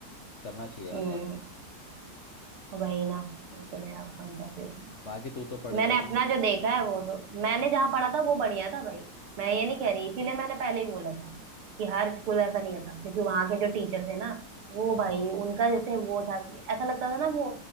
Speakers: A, on the left; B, on the right.
A: करना चाहिए
B: हम्म
A: मतलब
B: वही ना वही तो मेरा पॉइंट ऑफ व्यू
A: बाकी तू तो पढ़ गई
B: मैंने अपना जो देखा है वो तो मैंने जहाँ पढ़ा था वो बढ़िया था भाई मैं ये नहीं कह रही इसीलिए मैंने पहले ही बोला था कि हर स्कूल ऐसा नहीं होता क्योंकि वहां के जो टीचर थे ना वो
A: हम्म
B: भाई उनका जैसे वो था कि ऐसा लगता था ना वो